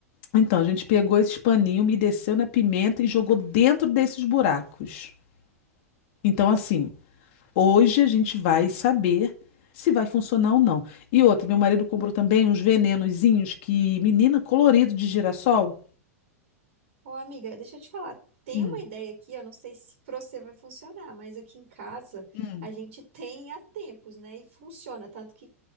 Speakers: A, on the left (about 45°); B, on the right (about 55°).
A: então a gente pegou esses paninhos, umedeceu na pimenta e jogou dentro desses buracos. Então, assim, hoje a gente vai saber se vai funcionar ou não. E outra, meu marido comprou também uns venenozinhos que, menina, colorido de girassol.
B: Ô, amiga, deixa eu te falar. Tem
A: Hum,
B: uma ideia aqui, eu não sei se pra você vai funcionar, mas aqui em casa
A: hum,
B: a gente tem há tempos, né? E funciona, tanto que,